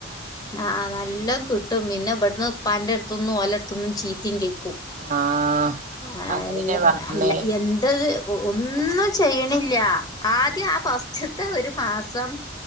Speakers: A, on the left; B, on the right.
A: ആ ആ നല്ലോം കിട്ടും പിന്നെ ഇവിട്ന്ന് ഇപ്പാന്റെ എട്ത്ത്ന്നും ഓലെട്ത്ത്ന്നും ചീത്തിം കേക്കും ക്കും
B: ആഹ്
A: അല്ല
B: അതിനെ പറഞ്ഞേ
A: അല്ല എന്തത് വ് ഒന്നും ചെയ്യ്ണില്ല ആദ്യ
B: ഉം
A: ആ ഫസ്റ്റ് ത്തെ ഒരു മാസം